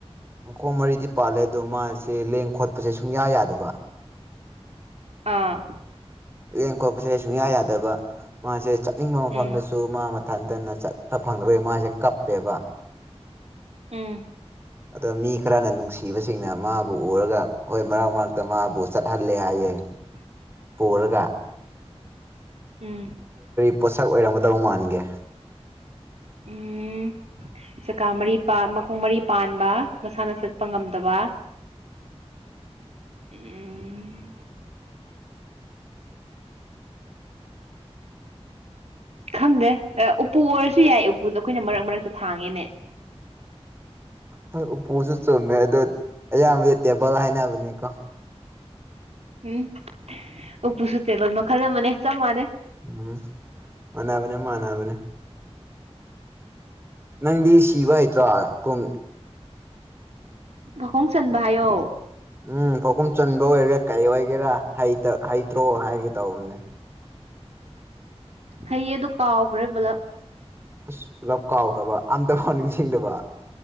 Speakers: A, on the right; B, on the right.
A: ꯃꯈꯣ ꯃꯔꯤꯗꯤ ꯄꯥꯜꯂꯦ ꯑꯗꯣ ꯃꯥꯁꯦ ꯂꯦꯡ ꯈꯣꯠꯄꯁꯦ ꯁꯨꯡꯌꯥ ꯌꯥꯗꯕ
B: ꯑꯥ
A: ꯂꯦꯡ ꯈꯣꯠꯄꯁꯦ ꯑꯩ ꯁꯨꯡꯌꯥ ꯌꯥꯗꯕ ꯃꯥꯁꯦ ꯆꯠꯅꯤꯡꯕ ꯃꯐꯝꯗꯁꯨ
B: ꯎꯝ
A: ꯃꯥ ꯊꯟꯇꯅ ꯆꯠꯄ ꯐꯪꯅꯕꯒꯤ ꯃꯥꯁꯦ ꯀꯞꯄꯦꯕ
B: ꯎꯝ
A: ꯑꯗꯣ ꯃꯤ ꯈꯔꯅ ꯅꯨꯡꯁꯤꯕꯁꯤꯡꯅ ꯃꯥꯕꯨ ꯎꯔꯒ ꯍꯣꯏ ꯃꯔꯛ ꯃꯔꯛꯇ ꯃꯥꯕꯨ ꯆꯠꯍꯜꯂꯦ ꯍꯥꯏꯌꯦ
B: ꯎꯝ
A: ꯄꯔꯒ
B: ꯎꯝ
A: ꯄꯣꯠꯁꯛ ꯑꯣꯏꯔꯝꯒꯗꯕ ꯃꯥꯟꯒꯦ
B: ꯎꯝ ꯆꯀꯥ ꯃꯔꯤ ꯃꯈꯣꯡ ꯃꯔꯤ ꯄꯥꯟꯕ ꯃꯁꯥꯅ ꯆꯠꯄ ꯉꯝꯗꯕ ꯎꯝ ꯈꯪꯗꯦ ꯎꯄꯨ ꯑꯣꯏꯔꯁꯨ ꯌꯥꯏ ꯎꯄꯨꯗꯣ ꯑꯩꯈꯣꯏꯅ ꯃꯔꯛ ꯃꯔꯛꯇ ꯊꯥꯡꯉꯦꯅꯦ ꯍ
A: ꯍꯣꯏ ꯎꯄꯨꯁꯨ ꯆꯨꯝꯃꯦ ꯑꯗꯨꯗ ꯑꯌꯥꯝꯕꯗꯤ ꯇꯦꯕꯜ ꯍꯥꯏꯅꯕꯅꯦꯀꯣ
B: ꯎꯝ ꯎꯄꯨꯁꯨ ꯇꯦꯕꯜ ꯃꯈꯜ ꯑꯃꯅꯦ ꯆꯞ ꯃꯥꯟꯅꯩ
A: ꯎꯝ ꯃꯅꯕꯅꯦ ꯃꯥꯅꯕꯅꯦ ꯅꯪꯗꯤ ꯁꯤꯕ ꯍꯩꯇ꯭ꯔꯣꯨꯝ
B: ꯃꯈꯈꯣꯡ ꯆꯟꯕ ꯍꯥꯏꯌꯣ
A: ꯎꯝ ꯄꯥꯎꯈꯨꯝ ꯆꯟꯕ ꯑꯣꯏꯒꯔꯥ ꯀꯔꯤ ꯑꯣꯏꯒꯦꯔꯥ ꯇ ꯍꯩꯇ꯭ꯔꯣ ꯍꯥꯏꯒꯦ ꯇꯧꯕꯅꯦ
B: ꯍꯌꯦꯌꯦ ꯑꯗꯨ ꯀꯥꯎꯈ꯭ꯔꯦ ꯄꯨꯂꯞ
A: ꯑꯁ ꯄꯨꯂꯞ ꯀꯥꯎꯈ꯭ꯔꯕ ꯑꯝꯇ ꯐꯥꯎ ꯅꯤꯡꯁꯤꯡꯗꯕ